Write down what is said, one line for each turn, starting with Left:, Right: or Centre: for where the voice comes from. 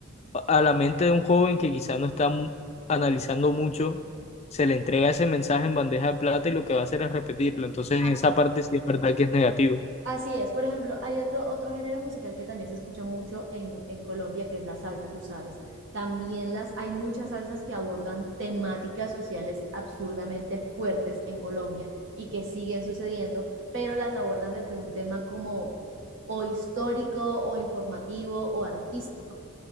Left: a a la mente de un joven que quizá no está mu- analizando mucho, se le entrega ese mensaje en bandeja de plata y lo que va a hacer es repetirlo. Entonces, en
Right: Así
Left: esa parte sí es verdad que es negativo.
Right: Así es, por ejemplo, hay otro, otro género musical que también se escucha mucho en, en Colombia, que es la salsa, tú sabes. También las, hay muchas salsas que abordan temáticas sociales absurdamente fuertes en Colombia y que siguen sucediendo, pero las abordan desde un tema como o histórico o informativo o artístico,